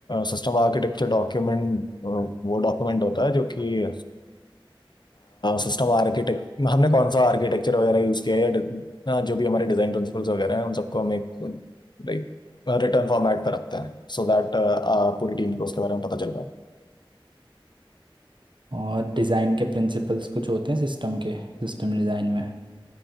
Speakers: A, on the left; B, on the right.
A: सिस्टम आर्किटेक्चर डॉक्यूमेंट वो डॉक्यूमेंट होता है जो कि सिस्टम आर्किटेक्ट हमने कौन सा आर्किटेक्चर वगैरह यूज़ किया है या डि- अ, जो भी हमारे डिज़ाइन प्रिंसिपल्स वगैरह हैं उन सबको हम एक लाइक रिटर्न फॉर्मेट पर रखते हैं सो दैट पूरी टीम को उसके बारे में पता चल पाए
B: और डिज़ाइन के प्रिंसिपल्स कुछ होते हैं सिस्टम के सिस्टम डिज़ाइन में